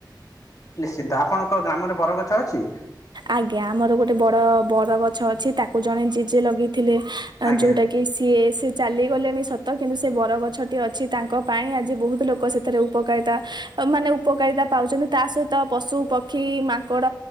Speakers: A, on the left; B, on the right.
A: ନିଶ୍ଚିନ୍ତ ଆପଣଙ୍କ ଗ୍ରାମରେ ବରଗଛ ଅଛି।
B: ଆଜ୍ଞା ଆମର ଗୋଟେ ବଡ ବର ଗଛ ଅଛି। ତାକୁ ଜଣେ ଜେଜେ ଲଗେଇ ଥିଲେ
A: ଆଜ୍ଞା
B: ଯୋଉଟା କି ସିଏ ସେ ଚାଲିଗଲେଣି ସତ। କିନ୍ତୁ ସେ ବରଗଛଟି ଅଛି ତାଙ୍କ ପାଇଁ ଆଜି ବହୁତ ଲୋକ ସେଥିରେ ଉପକାରିତା ମାନେ ଉପକାରିତା ପାଉଛନ୍ତି। ତା ସହିତ ପଶୁ ପକ୍ଷୀ ମାଙ୍କଡ